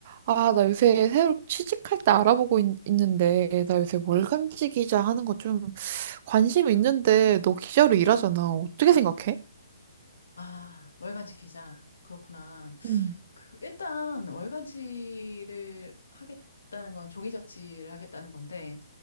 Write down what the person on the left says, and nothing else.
아, 월간지 기자. 그렇구나.
그, 일단, 월간지를 하겠다는 건 종이 잡지를 하겠다는 건데,